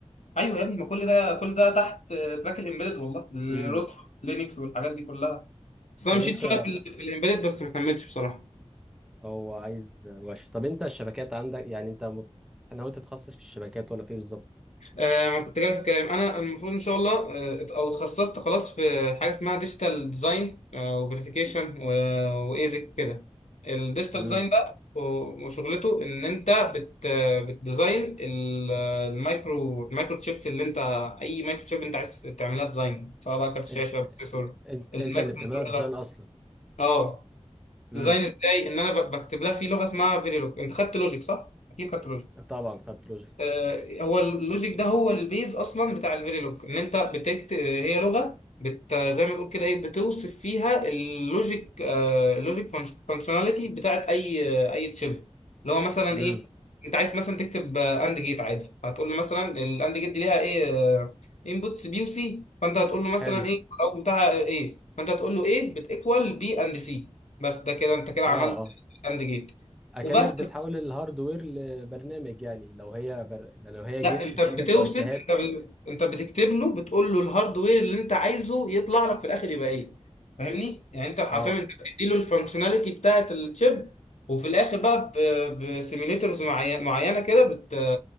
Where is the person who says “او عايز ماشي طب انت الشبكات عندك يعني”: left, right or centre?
Centre